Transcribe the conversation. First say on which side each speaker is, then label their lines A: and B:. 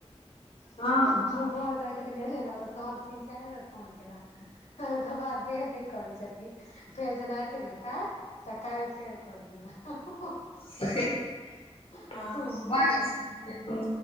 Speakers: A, on the left (about 85°); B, on the left (about 55°).
A: <unintelligible>
B: हँ
A: हमर बर के एक दिन एलैने तऽ तहन तीन चाइर बेर फोन केलक। ओय के बाद फेर नै करै छथिन फेर जेना एतै ने काइल तऽ काइल फेर करथिन ओ
B: <unintelligible>
A: ह
B: हं भ जाय छै। को-